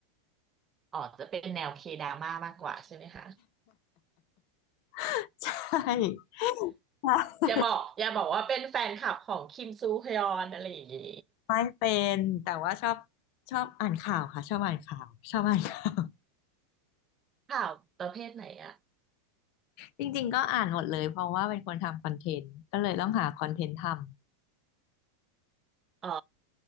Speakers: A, on the right (about 30°); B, on the left (about 55°).
A: อ๋อจะเป็นแนวเคดราม่ามากกว่าใช่ไหมคะ
B: <laughs> ใช่ใช่
A: อย่าบอกอย่าบอกว่าเป็นแฟนคลับของคิมซูฮยอนอะไรอย่างนี้
B: ไม่เป็นแต่ว่าชอบชอบอ่านข่าวค่ะชอบอ่านข่าวชอบอ่านข่าว
A: ข่าวประเภทไหนอะ
B: จริงๆก็อ่านหมดเลยเพราะว่าเป็นคนทำคอนเทนต์ก็เลยต้องหาคอนเทนต์ทำ
A: อ๋อ